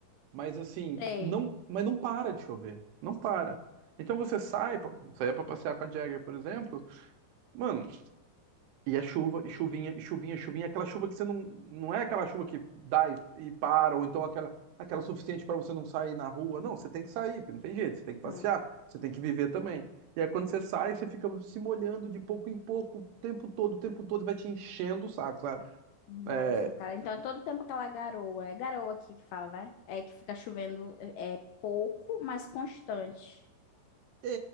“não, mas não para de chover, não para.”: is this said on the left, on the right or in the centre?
Right